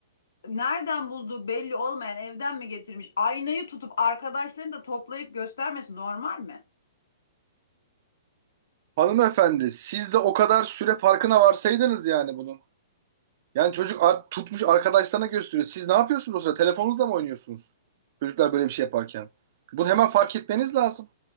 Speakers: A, on the left; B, on the right.
A: Nereden bulduğu belli olmayan evden mi getirmiş? Aynayı tutup arkadaşlarını da toplayıp göstermesi normal mi?
B: Hanımefendi siz de o kadar süre farkına varsaydınız yani bunun. Yani çocuk ar- tutmuş arkadaşlarına gösteriyor. Siz ne yapıyorsunuz o sırada? Telefonunuzla mı oynuyorsunuz? Çocuklar böyle bir şey yaparken. Bunu hemen fark etmeniz lazım.